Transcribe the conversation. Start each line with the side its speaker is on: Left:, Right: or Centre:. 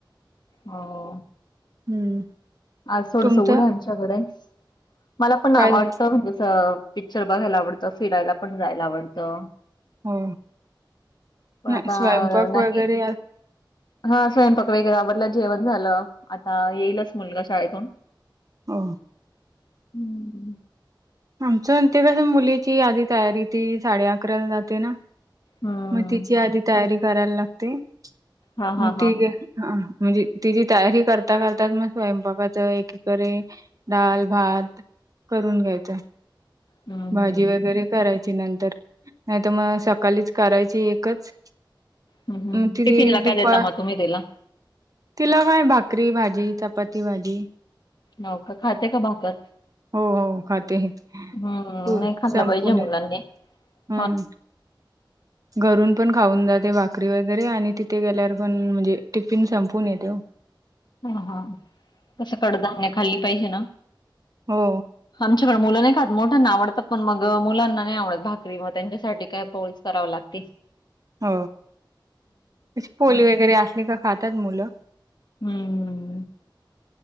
Left: हो
Right: हम्म
Left: आ सोडसघडं
Right: तुमचं
Left: आमच्याकडे मला पण
Right: काय
Left: वाटतं म्हणजे असं पिक्चर बघायला आवडतं फिरायला पण जायला आवडतं,
Right: हो
Left: पण
Right: नाही
Left: आता
Right: स्वयंपाक
Left: नाही
Right: वगैरे
Left: हा स्वयंपाक वगैरे आवरलं जेवण झालं आता येईलच मुलगा शाळेतून
Right: हो
Left: हम्म
Right: आमच्या आणं ते कसं मुलीची आधी तयारी ती साडे अकराला जाते ना.
Left: हम्म
Right: मग तिची आधी तयारी करायला लागते
Left: हा हा
Right: मग ती हा म्हणजे तिची तयारी करता करता मग स्वयंपाकाच एकीकडे डाल भात करून घ्यायच
Left: हम्म
Right: भाजी वगैरे करायची नंतर नाही तर मग सकालीच करायची एकच
Left: हम्म हम्म
Right: मग ति
Left: टिफिनला
Right: दुपार
Left: काय देता मग तुम्ही तिला?
Right: तिला काय भाकरी भाजी, चपाती भाजी.
Left: हो का खाते का भाकर?
Right: हो हो खाते
Left: हम्म
Right: पु-
Left: नाही खाल्लं
Right: संपून
Left: पाहिजे
Right: येते
Left: मुलांनी
Right: हम्म
Left: हा
Right: घरून पण खाऊन जाते भाकरी वगैरे आणि तिथं गेल्यावर पण म्हणजे टिफिन संपवून येते ओ.
Left: हा हा कसं कडधान्य खाल्ली पाहिजे ना?
Right: हो
Left: आमच्याकडे मुलं नाही खात मोठ्यांना आवडत पण मग मुलांना नाही आवडत भाकरी मग त्यांच्यासाठी काय पोळीच कराव लागतंय.
Right: हो अशी पोली वगैरे असली का खात्यात मुलं.
Left: हम्म